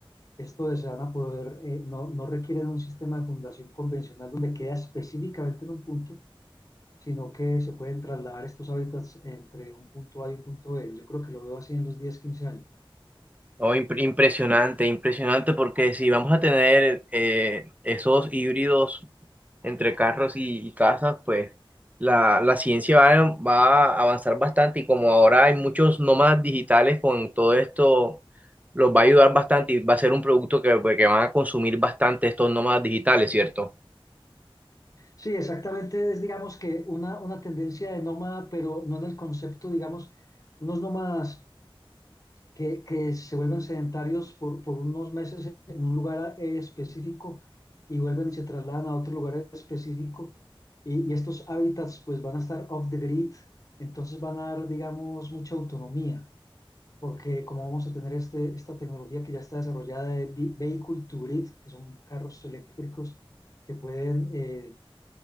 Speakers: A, on the left (about 35°); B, on the right (about 15°).
A: Esto es, se van a poder, eh, no, no requieren un sistema de fundación convencional donde queda específicamente en un punto, sino que se pueden trasladar estos hábitats entre un punto A y un punto B. Yo creo que lo veo así en los diez quince años.
B: Oh, impre- impresionante, impresionante, porque si vamos a tener eh, esos híbridos entre carros y, y casas, pues la, la ciencia va, a- va a avanzar bastante y como ahora hay muchos nómadas digitales con todo esto, los va a ayudar bastante y va a ser un producto que, pues, que van a consumir bastante estos nómadas digitales, ¿cierto?
A: Sí, exactamente, es digamos que una, una tendencia de nómada, pero no en el concepto, digamos, unos nómadas que, que se vuelven sedentarios por, por unos meses en un lugar eh, específico y vuelven y se trasladan a otro lugar específico y, y estos hábitats pues van a estar off the grid, entonces van a dar, digamos, mucha autonomía, porque como vamos a tener este, esta tecnología que ya está desarrollada de vehicle to grid, que son carros eléctricos que pueden eh,